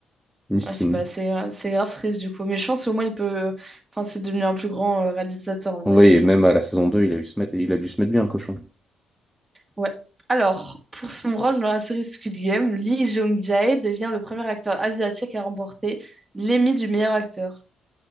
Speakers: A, in the centre; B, on the right.
A: Miskin.
B: Ouais, c'est bah, c'est- gra- c'est grave triste du coup. Mais je pense au moins il peut. euh, Enfin, c'est devenu un plus grand euh, réalisateur en vrai
A: Oui.
B: quand même.
A: même à la saison deux, il a eu se mettre, il a dû se mettre bien, le cochon.
B: Ouais. Alors, pour son rôle dans la série Squid Game, Lee Jong-jae devient le premier acteur asiatique à remporter l'Emmy du meilleur acteur.